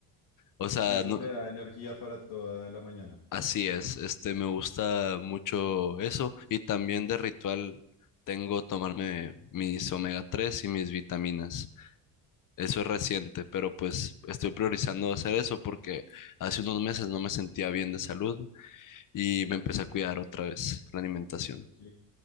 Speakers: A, on the left; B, on the left.
A: O sea,
B: Y eso
A: no-
B: te da energía para toda la mañana.
A: así es. Este, me gusta mucho eso. Y también de ritual tengo tomarme mis omega 3 y mis vitaminas. Eso es reciente, pero pues estoy priorizando hacer eso porque hace unos meses no me sentía bien de salud y me empecé a cuidar otra vez la alimentación.
B: Pues sí,